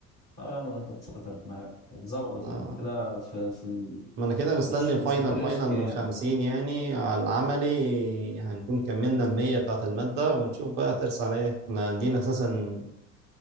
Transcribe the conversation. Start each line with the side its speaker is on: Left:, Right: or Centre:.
Left: طب يا عم ده انت اتسطرت معاك اتظبطت
Right: آه،
Left: انت كده في في ال...
Right: ما انا كده مستني
Left: مش
Right: الفاينل
Left: مش بتراسك
Right: فاينل
Left: يعني
Right: من خمسين يعني على العملي هنكون كملنا المية بتاعت المادة ونشوف بقى هترسى على ايه احنا عندنا اساسا